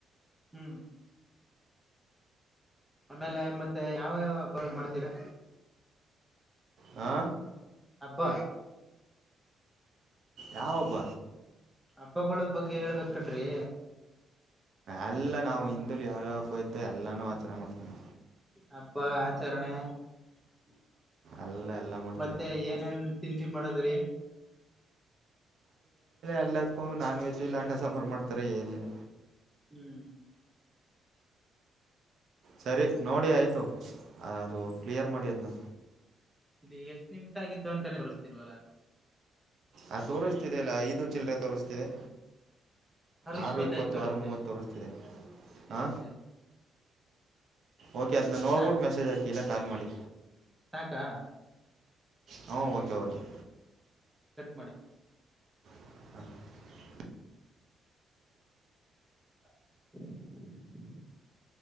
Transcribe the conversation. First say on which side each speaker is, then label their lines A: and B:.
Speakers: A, in the centre; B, on the right.
A: ಹ್ಮ್ ಆಮೇಲೆ ಮತ್ತೆ ಯಾವ ಯಾವ ಹಬ್ಬ ಮಾಡ್ತೀರಾ
B: ಹಾ
A: ಹಬ್ಬ
B: ಯಾವ್ ಹಬ್ಬ
A: ಹಬ್ಬಗಳು ಬಗ್ಗೆ ಹೇಳ್ಬೇಕಣ್ರಿ
B: ಎಲ್ಲಾ ನಾವು ಹಿಂದಲಿ ಯಾವ ಯಾವ ಹಬ್ಬ ಇದ್ದವ್ ಎಲ್ಲಾನು ಆಚರಣೆ ಮಾಡ್ತೀವಿ
A: ಹಬ್ಬ <unintelligible>
B: ಎಲ್ಲ ಎಲ್ಲ ಮಾಡ್ತೀವಿ
A: ಮತ್ತೆ ಏನೇನ್ ತಿಂಡಿ ಮಾಡದ್ರೀ
B: ಅಲ್ಲತ್ಕೊಂಡು ನಾನ್ ವೆಜ್ ಇಲ್ಲ ಅಣ್ಣ ಸಂಬಾರ್ ಮಾಡ್ತಾರೆ ಏನಿಲ್ಲ
A: ಹ್ಮ್
B: ಸರಿ ನೋಡಿ ಆಯ್ತು ಅದು ಕ್ಲಿಯರ್ ಮಾಡಿ ಅದ್ನ
A: ಇಲ್ಲಿ ಎಷ್ಟ್ ನಿಮಿಷ್ <unintelligible> ತಾನೇ ತೊರ್ಸತಿಲವಲ್ಲ
B: ಆ ತೋರಿಸ್ತಿದೆ ಅಲ್ಲ ಐದು ಚಿಲ್ಲ್ರೆ ತೋರಿಸ್ತಿದೆ ಆರು
A: ಇಪ್ಪತ್ತೈದು
B: ಇಪ್ಪತ್ತು
A: ತೋರಿಸ್ತಾ
B: ಆರು ಮೂವತ್ತು
A: ಇದೆ
B: ತೊರಿಸ್ತಿದೆ ಹಾ
A: ಎಸ್ ಎಸ್
B: ಓಕೆ ಅದ್ನಾ ನೋಡ್ಬುಟ್
A: ಸಾಕ್
B: ಮೆಸೇಜ್ ಹಾಕಿ ಇಲ್ಲ ಕಾಲ್ ಮಾಡಿ
A: ಸಾಕಾ
B: ಹಾಂ ಓಕೆ ಓಕೆ
A: ಮಡಿ
B: <unintelligible>
A: <unintelligible>